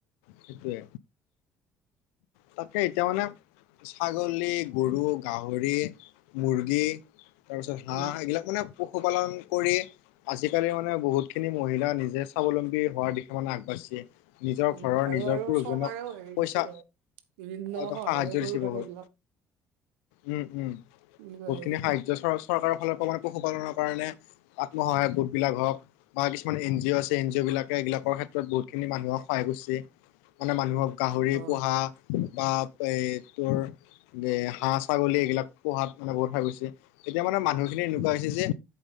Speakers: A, on the left; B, on the right.
A: সেইটোৱে। তাকে এতিয়া মানে। ছাগলী, গৰু, গাহৰি, মুৰ্গী‌। তাৰ পিছত হাঁহ
B: উম
A: এইবিলাক। পশুপালন কৰি আজিকালি মানে বহুতখিনি মহিলা নিজে স্বাৱলম্বী। হোৱাৰ দিশে মানে আগবাঢ়িছে নিজৰ
B: উম
A: ঘৰৰ
B: আৰু
A: নিজৰ
B: আৰু
A: পুৰুষজনক
B: চৰকাৰেও হেৰি
A: পইচা।
B: দিছে ধৰ বিভিন্ন
A: সাহায্য
B: সহায়ে কৰি
A: দিছে
B: থাকে
A: বহুত।
B: এইবিলাক
A: উম-উম
B: কি বুলি কয়
A: বহুতখিনি সাহায্য চৰ্চা চৰকাৰৰ ফালৰ পৰা মানে পশুপালনৰ কাৰণে <unintelligible> আত্মসহায়ক গোটবিলাক হওক বা কিছুমান এন জি অ' আছে এন জিঅ' বিলাক এইবিলাকৰ ক্ষেত্ৰত বহুতখিনি মানুহ সহায় কৰিছে মানে মানুহক গাহৰি
B: অ
A: পোহা বা এ তোৰ এ হাঁহ, ছাগলী এইবিলাক পোহাত মানে বহুত ভাল হৈছে এতিয়া মানে মানুহখিনি এনেকুৱা
B: উম
A: হৈছে যে